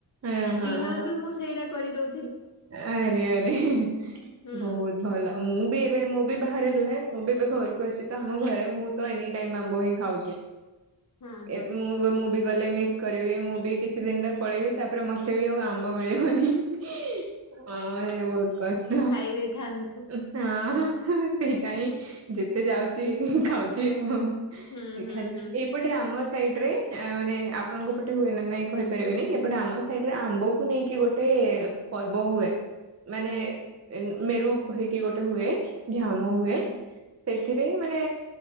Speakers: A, on the right (about 35°); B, on the left (about 45°).
A: ହଁ ହଁ
B: ଡିନର ବି ମୁଁ, ସେଇଟା କରି ଦଉ
A: ଆରେ ଆରେ <unintelligible>
B: ହୁଁ।
A: ବହୁତ ଭଲ। ମୁଁ ବି ଏବେ, ମୁଁ ବି ବାହାରେ ରୁହେ। ମୁଁ ବି ତ, ଘରକୁ ଆସିଛି ତ, ଆମ ଘରେ ମୁଁ ତ ଏନି ଟାଇମ୍ ଆମ୍ବ ହିଁ ଖାଉଛି।
B: ହୁଁ ହୁଁ
A: ଏ ମୁଁ, ମୁଁ ବି ଗଲେ ମିସ୍ କରିବି, ମୁଁ ବି କିଛି ଦିନରେ ପଳେଇବି। ତା'ପରେ ମତେ ବି ଆଉ ଆମ୍ବ ମିଳିବନି। <unintelligible> ହଁ, ଏଇ ବହୁତ କଷ୍ଟ।
B: ଖାଇ ଦେଇଥାନ୍ତୁ।
A: ହଁ, ହଁ, ହଁ ହ ସେଇଟା ହିଁ ଯେତେ ଯାଉଚି, ଖାଉଛି ଆଉ-ଉ।
B: ହୁଁ
A: ଦେଖାଯା,
B: ହୁଁ ହୁଁ
A: ଏ ଏପଟେ ଆମ ସାଇଡ୍ ରେ ମାନେ ଆପଣଙ୍କ ପଟେ ହୁଏ ନା ନାହିଁ କହିପାରିବିନି? ଏପଟେ ଆମ ସାଇଡ୍ ରେ ଆମ୍ବକୁ ନେଇକି ଗୋଟେ ଟେ-ଏ ପର୍ବ ହୁଏ ମାନେ ମେରୁ କହିକି ଗୋଟେ ହୁଏ ଝା ମ ହୁଏ
B: ଆହା
A: ସେଥିରେ ମାନେ